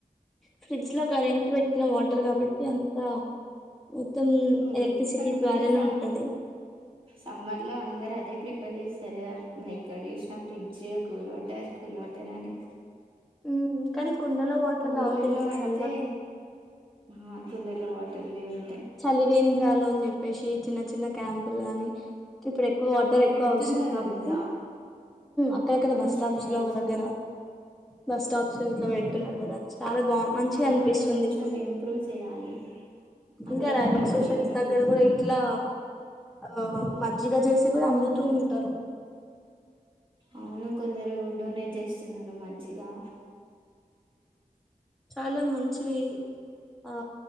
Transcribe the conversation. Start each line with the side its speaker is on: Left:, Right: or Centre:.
Centre: ఫ్రిడ్జ్ లో కరెంట్ పెట్టిన వాటర్ కాబట్టి అంతా మొత్తం
Right: మ్మ్.
Centre: ఎలక్ట్రిసిటీ
Right: కాకపోతే
Centre: ద్వారానే
Right: సమ్
Centre: ఉంటది
Right: సమ్మర్ లో ప్రిపేర్ చేస్తారు కదా ఎక్కడ చూసిన fridge cool water cool water అనే
Centre: ఉ కానీ కుండలో వాటర్
Right: ఊర్లలో
Centre: తావుతే ఇంక
Right: అయితే
Centre: చల్లగ
Right: ఆ కుండలో వాటర్లే ఉంటాయి
Centre: చలివేంద్రాలు అని చెప్పేసి చిన్న చిన్న క్యాంపులు గాని ఇప్పుడు ఎక్కువ వాటర్
Right: పెడుతున్నారు
Centre: ఎక్కువ అవసరం కాబట్టి
Right: ఇంకా
Centre: అక్కడ కదా
Right: మంచినే
Centre: బస్ స్టాప్స్
Right: పెడుతున్నారు
Centre: లో ఒక దగ్గర బస్ స్టాప్స్ లో ఇట్లా పెడుతున్నారు కదా చాలా బా
Right: కానీ
Centre: మంచిగా
Right: అవి
Centre: అనిపిస్తుంది
Right: కూడా ఇంకొంచెం
Centre: ఇప్పుడు
Right: ఇంప్రూవ్ చేయాలి అక్కడ
Centre: ఇంకా రైల్వే
Right: వాటర్
Centre: స్టేషన్స్
Right: కింద
Centre: దగ్గర
Right: పోకుండా
Centre: కూడా ఇట్లా ఆ మజ్జిగ చేసి కూడా అమ్ముతూ ఉంటారు
Right: అవును కొందరు డొనేట్ చేస్తున్నారు మజ్జిగా
Centre: చాలా మంచివి ఆ